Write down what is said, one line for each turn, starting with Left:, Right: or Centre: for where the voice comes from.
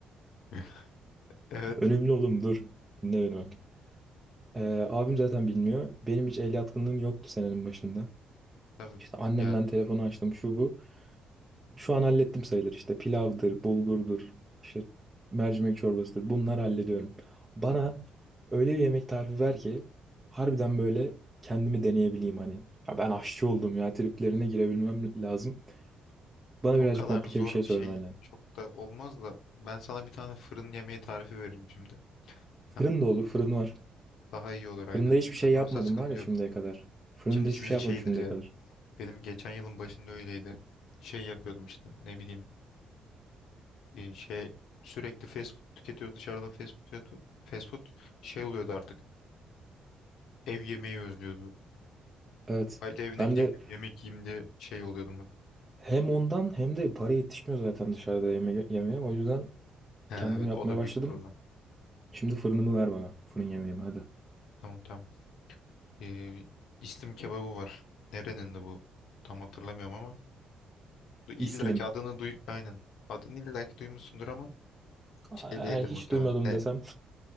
Left: <laughs> Evet.
Right: Önemli oğlum dur. Dinle beni bak. Ee, abim zaten bilmiyor. Benim hiç el yatkınlığım yoktu senenin başında.
Left: Tabii.
Right: İşte annemden
Left: Ya
Right: telefonu açtım şu bu. Şu an hallettim sayılır işte pilavdır, bulgurdur, işte mercimek çorbasıdır. Bunları hallediyorum. Bana öyle bir yemek tarifi ver ki harbiden böyle kendimi deneyebileyim hani. Ya ben aşçı oldum ya triplerine girebilmem lazım. Bana
Left: o
Right: birazcık
Left: kadar
Right: komplike
Left: zor
Right: bir şey
Left: bir
Right: söylemen
Left: şey
Right: lazım.
Left: çok da olmaz da ben sana bir tane fırın yemeği tarifi veririm şimdi.
Right: Fırın
Left: Hem
Right: da olur, fırın var.
Left: daha iyi olur aynen.
Right: Fırında hiçbir şey
Left: Fırın
Right: yapmadım
Left: varsa sıkıntı
Right: var ya
Left: yok.
Right: şimdiye kadar. Fırında
Left: Şimdi
Right: hiçbir
Left: sizin
Right: şey yapmadım
Left: şeydir
Right: şimdiye
Left: ya.
Right: kadar.
Left: Benim geçen yılın başında öyleydi. Şey yapıyordum işte ne bileyim e, şey sürekli fast food tüketiyoruz dışarıdan fast food fast food fast food. şey oluyordu artık. Ev yemeği özlüyordu.
Right: Evet.
Left: Aile evine
Right: Ben
Left: gideyim
Right: de
Left: de yemek yiyeyim diye şey oluyordum hep.
Right: hem ondan hem de para yetişmiyor zaten dışarıda yeme yemeye. O yüzden
Left: Ha,
Right: kendim
Left: evet
Right: yapmaya
Left: o da
Right: başladım.
Left: büyük problem.
Right: Şimdi fırınımı ver bana. Fırın yemeğimi hadi.
Left: Tamam tamam. Ee, İslim kebabı var. Nerenin de bu? Tam hatırlamıyorum ama. Du illa
Right: İslim.
Left: ki adını duy... Aynen. Adını illa ki duymuşsundur ama
Right: Aa,
Left: şey değildir
Right: hiç
Left: muhtemelen.
Right: duymadım
Left: Ne...
Right: desem.